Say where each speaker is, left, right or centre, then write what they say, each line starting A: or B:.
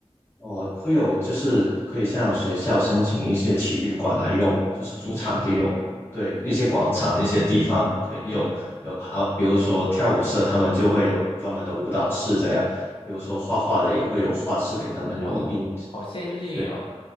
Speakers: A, on the left; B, on the left.
A: 哦，会有就是可以向学校申请一些体育馆来用，就是租场地用。
B: 临时用吗？
A: 对，一些广场、一些地方可以有有，好，比如说跳舞社，他们就会有专门的舞蹈室这样。比如说画画的也会有画室给他们用印。
B: 哇，好好先进哦，
A: 对，是。